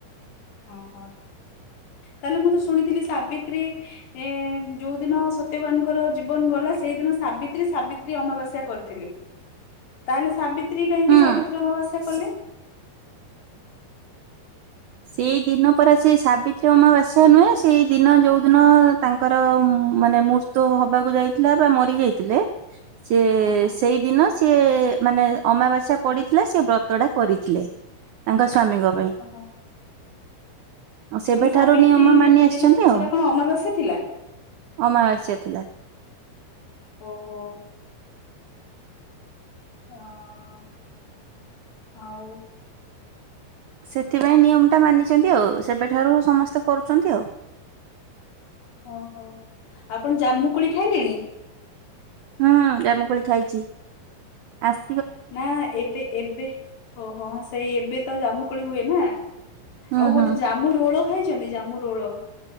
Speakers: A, on the left; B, on the right.
A: ଓହୋ, ତାଏଲେ ମୁଁ ତ ଶୁଣିଥିଲି ସାବିତ୍ରୀ ଏ-ଏ ଯୋଉ ଦିନ ସତ୍ୟବାନଙ୍କର ଜୀବନ ଗଲା ସେଇଦିନ ସାବିତ୍ରୀ ସାବିତ୍ରୀ ଅମାବାସ୍ୟା କରିଥିଲେ। ତାହେଲେ ସାବିତ୍ରୀ କାହିଁକି
B: ହୁଁ।
A: ସାବିତ୍ରୀ ଅମାବାସ୍ୟା କଲେ?
B: ସେ- ସେଇ ଦିନ ପରା ସିଏ ସାବିତ୍ରୀ ଅମାବାସ୍ୟା ନୁହେଁ ସେଇ ଦିନ ଯୋଉ ଦିନ ତାଙ୍କର ମାନେ ମୁର୍ ତୋ ହବାକୁ ଯାଇଥିଲା ବା ମରି ଯାଇଥିଲେ। ସିଏ
A: ହଁ ହଁ
B: ସେଇଦିନ ସିଏ ମାନେ ଅମାବାସ୍ୟା ପଡିଥିଲା ସେ ବ୍ର ତଟା କରିଥିଲେ, ତାଙ୍କ ସ୍ଵାମୀଙ୍କ ପାଇଁ।
A: ଓହୋ
B: ଅଁ ସେବେଠାରୁ
A: ମାନେ ସାବିତ୍ରୀ
B: ନିୟମ ମାନି ଆସିଚନ୍ତି
A: ଦିନ ସେଟା
B: ଆଉ
A: କଣ ଅମାବାସ୍ୟା ଥିଲା?
B: ଅମାବାସ୍ୟା ଥିଲା।
A: ଓହୋ। ଅଁ ଆଉ
B: ସେଥିପାଇଁ ନିୟମଟା ମାନିଚନ୍ତି ଆଉ ସେବେଠାରୁ ସମସ୍ତେ କରୁଚନ୍ତି ଆଉ
A: ଓହୋ, ଆପଣ ଜାମୁ କୋଳି ଖାଇଲେଣି?
B: ହୁଁ ଜାମୁକୋଳି ଖାଇଚି ଆସ୍
A: ନା ନା ଏବେ ଏବେ। ଓହୋଁ ସେଇ ଏବେ ତ ଜାମୁ କୋଳି ହୁଏ ନା ଆଉ
B: ହୁଁ
A: ଗୋଟେ
B: ହୁଁ।
A: ଜାମୁ ରୋଳ ଖାଇଛନ୍ତି ଜାମୁ ରୋଳ